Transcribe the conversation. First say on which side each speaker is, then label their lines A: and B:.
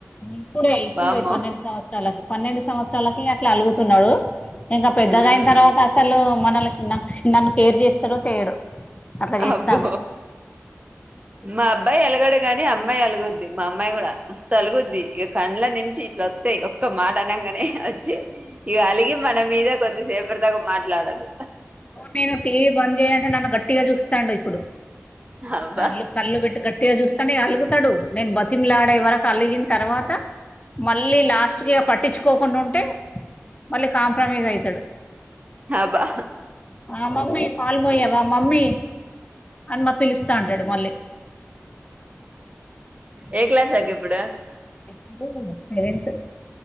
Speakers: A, on the left; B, on the right.
A: ఇప్పుడే ఇప్పుడే
B: వామ్మో
A: పన్నెండు సంవత్సరాలకి పన్నెండు సంవత్సరాలకి అట్లా అలుగుతున్నాడు ఇంగ పెద్దగైన
B: ఉమ్,
A: తర్వాత అసలు మనలకి న నన్ను కేర్ చేస్తాడో చేయడో అట్లా చేస్తాండు
B: అబ్బో మా అబ్బాయి అలగడు గాని అమ్మాయి అలుగుద్ది మా అమ్మాయి కూడా మస్తు అలుగుద్ది ఇగ కండ్ల నుంచి ఇట్లా వస్తాయి ఒక్క మాట అనంగానే వచ్చి ఇగ అలిగి మన మీద కొద్దిసేపటి దాకా మాట్లాడదు
A: నేను టీవీ బంద్ చేయ్యంటే నన్ను గట్టిగా చూస్తాండు ఇప్పుడు.
B: అబ్బా
A: కల్లు కండ్లు పెట్టి గట్టిగా చూస్ కనీ అలుగుతడు, నేను బతిమిలాడే వరకు అలిగిన తర్వాత, మళ్ళీ లాస్ట్ స్టుకి పట్టించుకోకుండా ఉంటే, మళ్ళీ కాంప్రమైజ్ అయితడు.
B: అబ్బా
A: ఆ మమ్మీ పాల్పోయవా, మమ్మీ అన్న పిలుస్తాంటడు మళ్ళీ.
B: ఏ క్లాస్ అక్కిప్పుడు?
A: ఇప్పుడు సెవెంత్